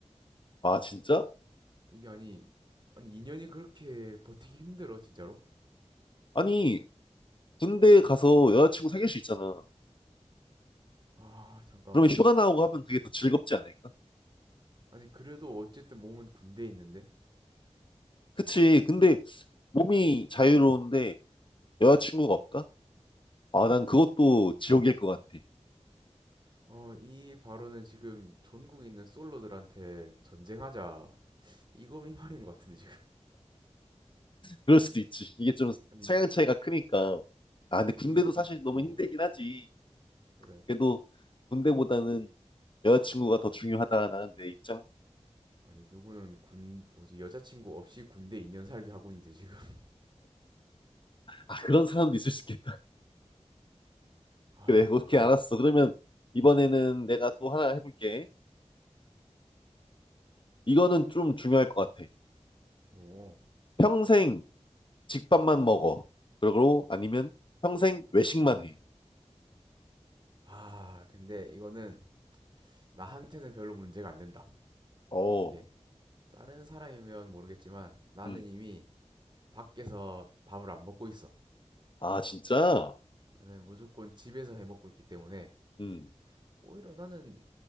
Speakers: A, on the left (about 45°); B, on the right (about 40°).
A: 아, 진짜?
B: 이게 아니 아니 2년이 그렇게 버티기 힘들어, 진짜로?
A: 아니, 군대 가서 여자친구 사귈 수 있잖아.
B: 아, 잠깐만.
A: 그러면 휴가 나오고
B: 아니,
A: 하면 그게 더 즐겁지 않을까?
B: 아니, 그래도 어쨌든 몸은 군대에 있는데?
A: 그치. 근데 몸이 자유로운데 여자친구가 없다? 아, 난 그것도 지옥일 것 같아.
B: 어, 이 발언은 지금 전국에 있는 솔로들한테 전쟁하자. 이거 이 말인 것 같은데, 지금. <laughs>
A: 그럴 수도 있지. 이게 좀
B: 아니,
A: 성향 차이가 크니까. 아, 근데
B: 누구는
A: 군대도
B: 군,
A: 사실 너무
B: 어?
A: 힘들긴 하지.
B: 그래.
A: 그래도 군대보다는 여자친구가 더 중요하다. 나는 내 입장.
B: 아니, 누구는 군, 뭐지, 여자친구 없이 군대 2년 살기 하고 있는데, 지금. <laughs>
A: 아, 그런 사람도 있을 수 있겠다. <laughs>
B: 아,
A: 그래, 오케이,
B: 오케이.
A: 알았어. 그러면 이번에는 내가 또 하나 해볼게. 이거는 좀 중요할 것 같아.
B: 오.
A: 평생 집밥만 먹어. 그러고 아니면 평생 외식만 해.
B: 아, 근데 이거는 나한테는 별로 문제가 안 된다.
A: 어,
B: 이게 다른 사람이면 모르겠지만 나는
A: 음.
B: 이미 밖에서 밥을 안 먹고 있어.
A: 아, 진짜?
B: 나는 무조건 집에서 해 먹고 있기 때문에
A: 음.
B: 오히려 나는